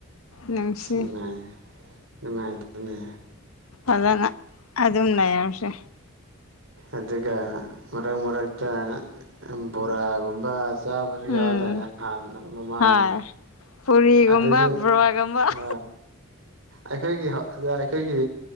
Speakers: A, on the left; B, on the right.
A: ꯅꯨꯡꯁꯤ
B: ꯅꯨꯡꯉꯥꯏꯔꯦ ꯅꯨꯡꯉꯥꯏꯇꯦꯅꯦ
A: ꯐꯖꯅ ꯑꯗꯨꯝ ꯂꯩꯔꯁꯦ
B: ꯑꯗꯨꯒ ꯃꯔꯛ ꯃꯔꯛꯇ ꯕꯣꯔꯥꯒꯨꯝꯕ ꯆꯥꯕꯁꯨ
A: ꯎꯝ
B: ꯌꯥꯎꯋꯦꯗꯥꯏꯅꯦ ꯍꯥꯟꯅ ꯃꯃꯥꯡꯗ
A: ꯍꯣꯏ ꯄꯨꯔꯤꯒꯨꯝꯕ
B: ꯑꯗꯨꯁꯨ
A: ꯕꯣꯔꯥꯒꯨꯝꯕ
B: ꯑ ꯑꯩꯈꯣꯏꯒꯤ ꯑꯩꯈꯣꯏꯒꯤ